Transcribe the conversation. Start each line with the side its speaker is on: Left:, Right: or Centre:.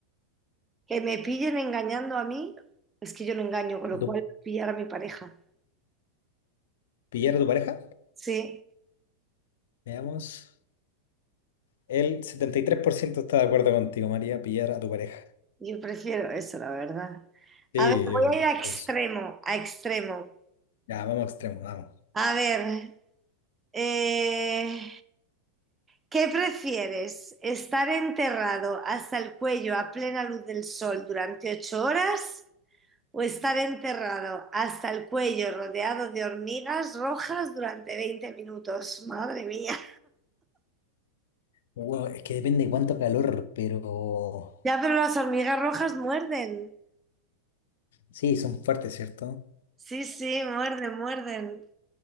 Right: que me pillen engañando a mí, es que yo no engaño, con lo
Left: ¿A tu,
Right: cual pillar a mi pareja.
Left: pillar a tu pareja?
Right: Sí,
Left: Veamos. El 73% está de acuerdo contigo, María, pillar a tu pareja.
Right: yo prefiero eso, la verdad.
Left: Sí,
Right: A ver,
Left: yo-
Right: voy a ir a
Left: pues,
Right: extremo, a extremo.
Left: ya, vamos a extremos, vamos.
Right: A ver, eh, ¿qué prefieres? ¿Estar enterrado hasta el cuello a plena luz del sol durante ocho horas o estar enterrado hasta el cuello rodeado de hormigas rojas durante veinte minutos. Madre mía.
Left: Wow, es que depende de cuánto calor, pero
Right: Ya, pero las hormigas rojas muerden.
Left: sí, son fuertes, ¿cierto?
Right: Sí, sí, muerden, muerden.